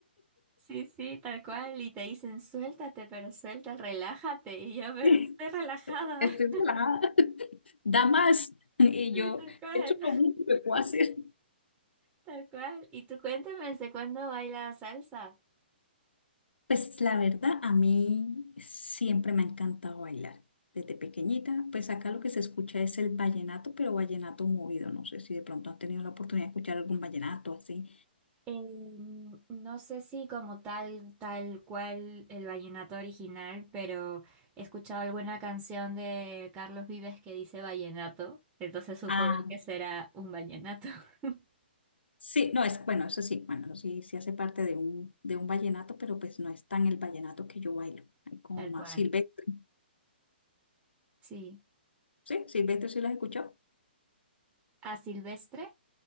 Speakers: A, on the right; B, on the left.
A: Sí, sí, tal cual. Y te dicen, suéltate, pero suelta, relájate. Y yo, pero
B: <laughs>
A: estoy relajada.
B: Estoy
A: <laughs>
B: relajada, da más. <laughs> Y
A: Sí,
B: yo,
A: tal cual.
B: esto es lo único que puedo hacer.
A: Tal cual. Y tú cuéntame, ¿desde cuándo baila salsa?
B: Pues la verdad, a mí siempre me ha encantado bailar. Desde pequeñita, pues acá lo que se escucha es el vallenato, pero vallenato movido. No sé si de pronto has tenido la oportunidad de escuchar algún vallenato así.
A: Eh, no sé si como tal, tal cual el vallenato original, pero he escuchado alguna canción de Carlos Vives que dice vallenato, entonces supongo
B: Ah,
A: que será un vallenato. <laughs>
B: sí, no, es, bueno, eso sí, bueno, eso sí, sí hace parte de un, de un vallenato, pero pues no es tan el vallenato que yo bailo, hay como
A: Tal
B: más
A: cual,
B: silvestre,
A: sí.
B: ¿sí? ¿Silvestre sí las escuchó?
A: ¿A Silvestre?